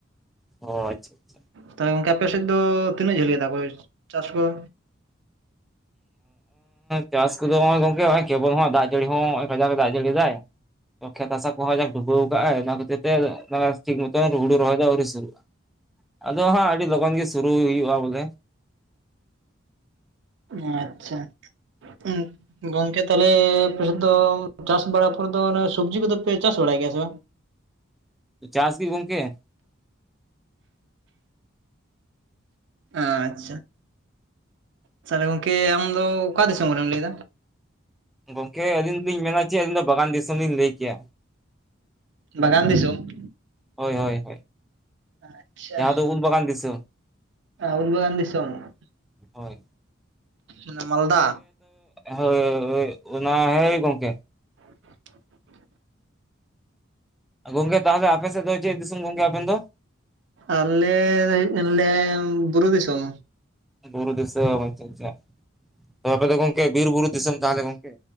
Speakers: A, in the centre; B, on the right.
A: ᱚ ᱟᱪᱪᱷᱟ ᱟᱪᱪᱷᱟ
B: ᱛᱚ ᱜᱚᱝᱠᱮ ᱟᱯᱮᱫᱮᱫ ᱫᱚ ᱛᱤᱱᱟᱹᱜ ᱡᱷᱟᱹᱞ ᱜᱮᱛᱟᱯᱮ ᱪᱟᱥ ᱠᱚᱫᱚ
A: ᱪᱟᱥ ᱠᱚᱫᱚ ᱱᱚᱜᱚᱭ ᱜᱚᱝᱠᱮ ᱠᱮᱵᱚᱞ ᱦᱚᱸ ᱫᱟᱜ ᱡᱟᱹᱲᱤ ᱦᱚᱸ ᱠᱟᱡᱟᱜ ᱮ ᱫᱟᱜ ᱡᱟᱹᱲᱤ ᱫᱟᱭ ᱠᱷᱮᱛ ᱦᱟᱥᱟ ᱠᱚᱦᱚᱸ ᱡᱟᱠ ᱰᱩᱵᱟᱹᱣ ᱟᱠᱟᱟᱜ ᱟᱭ ᱚᱱᱟ ᱠᱷᱟᱹᱛᱤᱨ ᱛᱮ ᱴᱷᱤᱠ ᱢᱚᱛᱚ ᱦᱩᱲᱩ ᱨᱚᱦᱚᱭ ᱫᱚ ᱟᱹᱣᱨᱤ ᱥᱩᱨᱩᱜᱼᱟ ᱟᱫᱚ ᱦᱟᱸᱜ ᱟᱹᱰᱤ ᱞᱚᱜᱚᱱ ᱜᱮ ᱥᱩᱨᱩ ᱦᱩᱭᱩᱜᱼᱟ ᱵᱚᱞᱮ
B: ᱚ ᱟᱪᱪᱷᱟ ᱦᱩᱢ ᱜᱚᱝᱠᱮ ᱛᱟᱦᱞᱮ ᱟᱯᱮᱥᱮᱫ ᱫᱚ ᱪᱟᱥ ᱵᱟᱲᱟ ᱯᱚᱨᱮ ᱫᱚ ᱚᱱᱮ ᱥᱚᱵᱡᱤ ᱠᱚᱫᱚ ᱯᱮ ᱪᱟᱥ ᱵᱟᱲᱟᱭ ᱜᱮᱭᱟ ᱥᱮ ᱵᱟᱝ
A: ᱪᱟᱥ ᱜᱮ ᱜᱚᱝᱠᱮ
B: ᱟᱪᱪᱷᱟ ᱛᱟᱦᱚᱞᱮ ᱜᱚᱝᱠᱮ ᱟᱢ ᱫᱚ ᱚᱠᱟ ᱫᱤᱥᱚᱢ ᱨᱮᱢ ᱞᱟᱹᱭ ᱫᱟ
A: ᱜᱚᱢᱠᱮ ᱟᱹᱞᱤᱧ ᱫᱚᱞᱤᱧ ᱢᱮᱱᱟ ᱪᱮᱫ ᱟᱹᱞᱤᱧ ᱫᱚ ᱵᱟᱜᱟᱱ ᱫᱤᱥᱚᱢ ᱞᱤᱧ ᱞᱟᱹᱭ ᱠᱮᱭᱟ
B: ᱵᱟᱜᱟᱱ ᱫᱤᱥᱚᱢ
A: ᱦᱳᱭ ᱦᱳᱭ ᱦᱳᱭ
B: ᱟᱪᱪᱷᱟ
A: ᱡᱟᱦᱟᱸ ᱫᱚ ᱩᱞ ᱵᱟᱜᱟᱱ ᱫᱤᱥᱚᱢ
B: ᱩᱞ ᱵᱟᱜᱟᱱ ᱥᱚᱢᱚᱢ
A: ᱦᱳᱭ
B: ᱚᱱᱟ ᱢᱟᱞᱫᱟ
A: ᱦᱚᱭ ᱚᱱᱟ ᱦᱚᱭ ᱜᱚᱝᱠᱮ᱾
B: <inaudible>
A: ᱜᱚᱝᱠᱮ ᱛᱟᱦᱚᱞᱮ ᱟᱯᱮ ᱥᱮᱫ ᱫᱚ ᱪᱮᱜ ᱫᱤᱥᱚᱢ ᱜᱚᱝᱠᱮ ᱟᱵᱮᱱ ᱫᱚ
B: ᱟᱞᱮ ᱫᱚ ᱦᱩᱭᱩᱜ ᱠᱟᱱ ᱞᱮ ᱵᱩᱨᱩ ᱫᱤᱥᱚᱢ
A: ᱵᱩᱨᱩ ᱫᱤᱥᱚᱢ, ᱟᱪᱪᱷᱟ ᱟᱪᱪᱷᱟ ᱛᱚ ᱟᱯᱮ ᱫᱚ ᱜᱚᱝᱠᱮ, ᱵᱤᱨ ᱵᱩᱨᱩ ᱫᱤᱥᱚᱢ ᱛᱟᱦᱚᱞᱮ ᱜᱚᱝᱠᱮ᱾